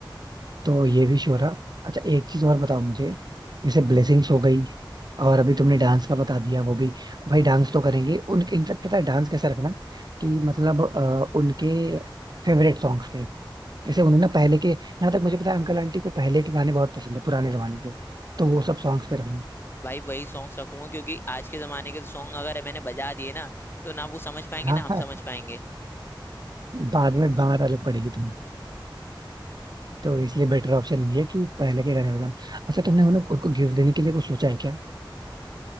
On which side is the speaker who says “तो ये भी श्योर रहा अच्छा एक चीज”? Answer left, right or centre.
Right